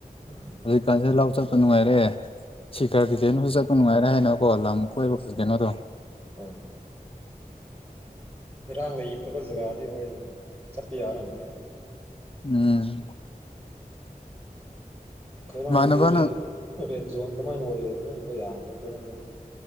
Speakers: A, on the right; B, on the left.
A: ꯎꯝ
B: ꯍꯧꯖꯤꯛꯀꯥꯟꯁꯦ ꯂꯥꯎꯊꯠ ꯆꯠꯄ ꯅꯨꯡꯉꯥꯏꯔꯛꯦ ꯁꯤꯀꯔ ꯀꯤꯛꯀꯦꯅꯨꯁꯨ ꯆꯠꯄ ꯅꯨꯡꯉꯥꯏꯔꯦ ꯍꯥꯏꯅꯀꯣ ꯂꯝ ꯀꯣꯏꯕ ꯀꯤꯛꯀꯦꯅꯣꯗꯣ
A: ꯑꯣ ꯏꯔꯥꯡ ꯂꯩꯇꯕꯖꯒꯥ ꯗꯤ ꯍꯣꯏ ꯆꯄꯤ ꯌꯥꯔꯝꯗ
B: ꯎꯝ
A: ꯈꯔꯗꯤ
B: ꯏꯃꯥꯟꯅꯕꯅ
A: ꯔꯦꯖꯣꯗꯅ ꯌꯥꯗꯕ ꯄꯔꯗꯤ